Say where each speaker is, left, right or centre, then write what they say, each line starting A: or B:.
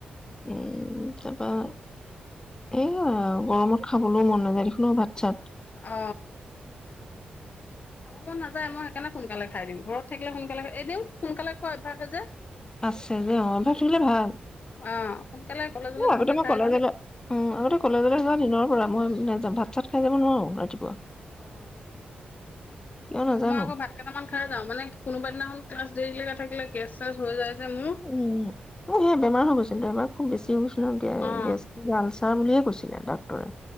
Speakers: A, on the left (about 20°); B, on the left (about 50°).
A: উম তাৰপা এ, গৰমত খাবলৈও মন নাযায় দেখোনো ও ভাত চাত।
B: অ খাব মন নাযায় মই সেইকাৰণে সোনকালে খাই দিম ঘৰত থাকিলে সোনকালে। এনেও সোনকালে খোৱা অভ্যাস যে
A: আছে যে অ তাই তো ভাল
B: অ সোনকালে কলেজলৈ যাওঁতে
A: আগতে মই
B: খাই
A: কলেজলৈ
B: যাম
A: উম আগতে কলেজলৈ যোৱা দিনৰ পৰা ম‍ই ভাত চাত খাই যাব নোৱাৰো ৰাতিপুৱা
B: অ
A: কিয় নাজানো
B: তোমাৰ আকৌ ভাত কেইটামান খাই যাওঁ মানে। কোনোবা দিনাখন ক্লাছ দেৰিলৈকে থাকিলে গেছ চেছ হৈ যায় যে মোৰ
A: উম অ সেয়া বেমাৰ হৈ গৈছিল বেমাৰ খুব বেছি। <inaudible> উম গেছ
B: অ
A: গেছ আলচাৰ বুলিয়ে কৈছিলে ডাক্তৰে